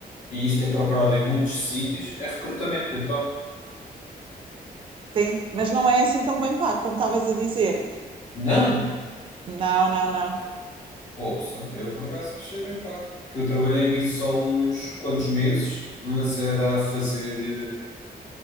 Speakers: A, on the left (about 50°); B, on the right (about 35°).
A: e isto é procurado em muitos sítios, é recrutamento, então.
B: sim, mas não é assim tão bem pago, como estavas a dizer.
A: Não!
B: Não, não, não.
A: Ouça, eu por acaso achei bem pago. Que eu trabalhei nisso só uns quantos meses, mas era a fazer. eh,